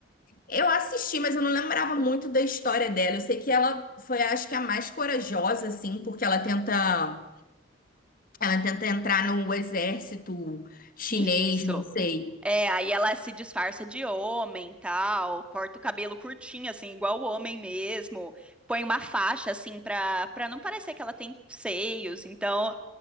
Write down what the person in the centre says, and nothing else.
Isso.
É, aí ela se disfarça de homem, tal, corta o cabelo curtinho, assim, igual o homem mesmo, põe uma faixa, assim, pra, pra não parecer que ela tem seios. Então,